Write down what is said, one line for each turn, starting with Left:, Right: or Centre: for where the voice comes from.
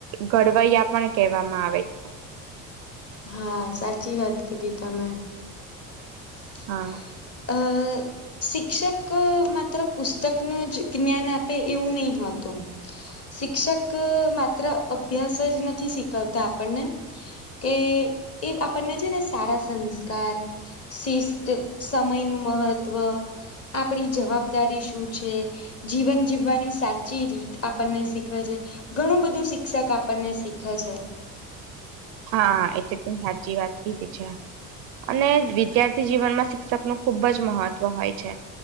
Right: ઘડવૈયા પણ કહેવામાં આવે છે
Left: હા સાચી વાત કીધી તમે હ <inaudible>
Right: હા
Left: અ શિક્ષક માત્ર પુસ્તકનું જ જ્ઞાન આપે એવું નહીં હોતું. શિક્ષક માત્ર અભ્યાસ જ નથી શીખવતા આપણને. કે એ આપણને છે ને સારા સંસ્કાર શિસ્ત સમયનું મહત્વ આપણી જવાબદારી શું છે? જીવન જીવવાની સાચી રીત આપણને શીખવે છે. ઘણું બધું શિક્ષક આપણને શીખવે છે.
Right: હા, એ તો સાચી વાત કીધી છે. અને વિદ્યાર્થી જીવનમાં શિક્ષકનું ખૂબ જ મહત્વ હોય છે.